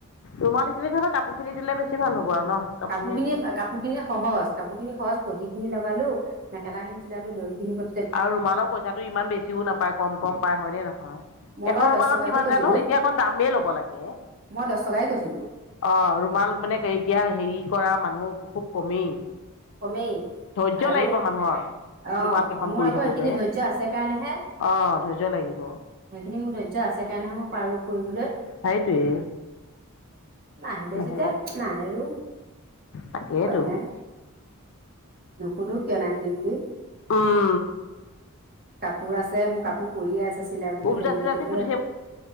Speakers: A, on the left; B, on the right.
A: ৰুমালীখিনি থকা কাপোৰ খিনি দিলে বেছি ভাল হ'ব আৰু ন? কাপোৰখিনি
B: কাপোৰ খিনি, কাপোৰ খিনি সহজ কাপোৰ খিনি সহজ পতিখিনি লগালোঁ‌, মেখেলা খিনি চিলালোঁ‌, দহি খিনি ব
A: আৰু ৰুমালৰ পইচাটো ইমান বেছিও নাপায়, কম কম পায়, হয়নে নহয়?
B: মই
A: এখন
B: বাৰু
A: ৰুমানত
B: দহ টকাকৈ
A: কিমান
B: কৈছিলো
A: জানো? এতিয়া অকণ দামেই ল'ব লাগে।
B: মই দচ টকাই কৈছিলোঁ‌।
A: অ', ৰুমাল মানে এতিয়া হেৰি কৰা মানুহ খুব কমেই।
B: কমেই।
A: ধৈৰ্য
B: আৰু
A: লাগিব মানুহৰ।
B: অ
A: ৰুমাল কেইখন
B: মোৰ
A: কৰি
B: আকৌ
A: থাকোতে,
B: সেইখিনি ধৈৰ্য্য আছে কাৰণেহে
A: অ', ধৈৰ্য লাগিব।
B: সেইখিনি মোৰ ধৈৰ্য আছে সেই কাৰণেহে মই পাৰোঁ‌ কৰিবলৈ।
A: সেইটোৱে।
B: নাহিলে
A: নহ'লে
B: যেতিয়া নাই আৰু,
A: তাকেইতো
B: উপায় নাই। নুসুধো কিয় নাহিলি বুলি।
A: অ'।
B: কাপোৰ আছে, মোৰ কাপোৰ পৰিয়ে আছে, চিলাবলৈ,
A: উপজাচি
B: দহি বতিবলৈ,
A: যাচি সুধি